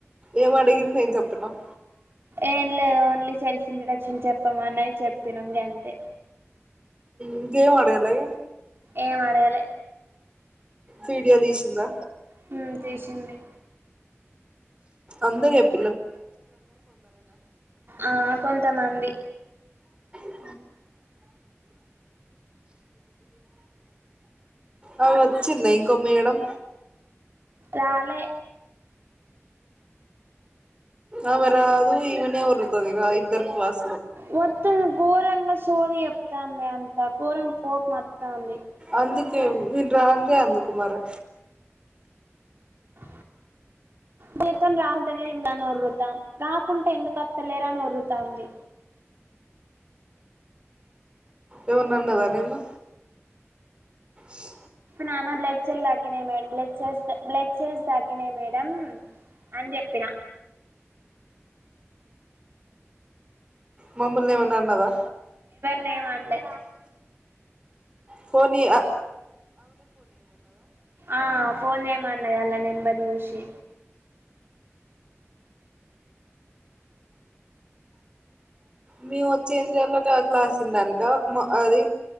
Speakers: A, on the right (about 20°); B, on the right (about 50°).
A: ఏం అడిగింది ఎం చెప్పినవ్
B: ఏం లేదు ఓన్లీ సెల్ఫ్ ఇంట్రొడక్షన్ చెప్పమన్నది చెప్పినాం గంతే
A: ఇంకేంఅడగలే
B: ఏం ఆడగాలే
A: వీడియో తీసిందా
B: హ్మ్ చేసింది
A: అందరు చెప్ప్
B: ఆ కొంతమంది
A: <inaudible> ఆ వచ్చింద ఇంకొ మేడం
B: రాలే
A: ఆమె రాదు ఈమనె ఒర్రుతది ఇగ ఇద్దరు క్లాస్
B: మొత్తం ఘోరంగా సోది చెప్తంది అంత ఘోరం కోపం వత్తంది
A: అందుకే నెన్ రానిదె అందుకు మరే
B: ఆ జీతం రావంటనే <unintelligible> ఒరు్రతాం రాకుంటే ఎందుకు అత్తలేరని ఒర్రుతాంది
A: ఎవన్న అన్నదా నిన్ను స్
B: నానా బ్లడ్ చెెల్ దాగ్గినాయి మే బ్లెడ్ సెల్స్ బ్లడ్ సెల్స్ తగ్గినాయి మేడమ్ అన్ చెప్పిన
A: మమ్ముూల్నె ఎమన్నదా
B: నే మన్లే
A: పోనీ ఇగ
B: ఆ ఫోన్ చేయమన్నది ఆల్ల నెంబర్ చూసి
A: మేము వచ్చి ఏం జేయాలట ఆ క్లాసుల ద మ అది